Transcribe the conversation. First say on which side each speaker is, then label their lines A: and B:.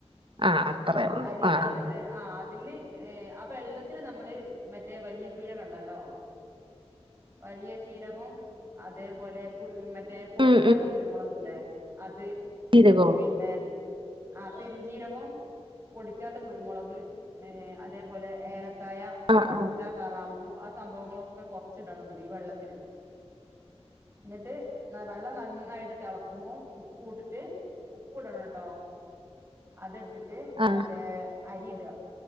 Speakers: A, on the right; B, on the right.
A: ആ അത്രേ ഉള്ളൂ.
B: അരിട
A: ആ
B: ഇന്ന്ട്ട്
A: ആ.
B: ആഹ് അതില് ഏഹ് അ വെള്ളത്തില് നമ്മള് മറ്റേ വലിയ ചീരകണ്ടല്ലോ വലിയ ചീരകവും അതേപോലെ മറ്റേ പൊടിക്കാത്ത
A: ഉം
B: കുരുമുളക്ല്ലേ അത്
A: ചീരകോ
B: പിന്നെ ആ പെരിഞ്ചീരവും പൊടിക്കാത്ത കുരുമുളക് ഏ അതേപോലെ ഏലക്കായ
A: ആ
B: പട്ട
A: ആ
B: കറാമ്പൂ ആ സംഭവങ്ങളൊക്കെ കൊറച്ചിടണം ഇതില് ഈ വെള്ളത്തില് എന്നിട്ട് വെള്ളം നന്നായിട്ട് തിളക്കുമ്പോം ഉപ്പ ഇട്ടിട്ട് ഉപ്പ് ഇടണം കേട്ടോ അത് ഇട്ടിട്ട്
A: ആ
B: മറ്റേ അരി ഇടുക